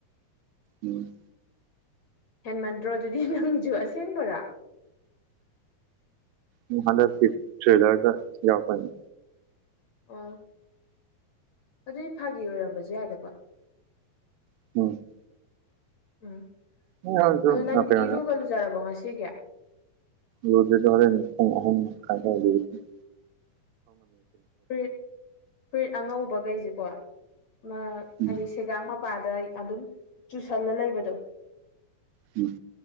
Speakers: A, on the right; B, on the left.
A: ꯎꯝ
B: ꯍꯦꯟꯃꯟꯗ꯭ꯔꯣ ꯑꯗꯨꯗꯤ ꯅꯪꯁꯨ ꯑꯁꯦꯡꯕꯔ
A: ꯎꯝ ꯍꯟꯗꯛꯇꯤ ꯇ꯭ꯔꯦꯂꯔꯗ ꯌꯥꯎꯔꯛꯀꯅꯤ
B: ꯑꯣ ꯑꯗꯨꯗꯤ ꯐꯥꯒꯤ ꯑꯣꯏꯔꯝꯕꯖꯨ ꯌꯥꯗꯦ ꯀꯣ
A: <unintelligible>
B: ꯎꯝ
A: ꯀꯩꯅꯣꯗ
B: ꯑꯗꯣ ꯅꯪ ꯏꯔꯨꯒ ꯂꯨꯖꯔꯕꯣ ꯉꯁꯤꯒꯤ
A: ꯂꯨꯗ꯭ꯔꯤꯗ ꯍꯣꯔꯦꯟ ꯄꯨꯡ ꯑꯍꯨꯝ ꯃꯈꯥꯏ ꯗꯥꯏꯗꯒꯤ <unintelligible>
B: ꯐꯨꯔꯤꯠ ꯐꯨꯔꯤꯠ ꯑꯉꯧꯕꯒꯩꯖꯦꯀꯣ ꯃꯥ
A: ꯎꯝ
B: ꯍꯥꯏꯗꯤ ꯁꯦꯒꯥꯛ ꯃꯄꯥꯗ ꯑꯗꯨꯝ ꯆꯨꯁꯜꯂ ꯂꯩꯕꯗꯣ
A: ꯎꯝ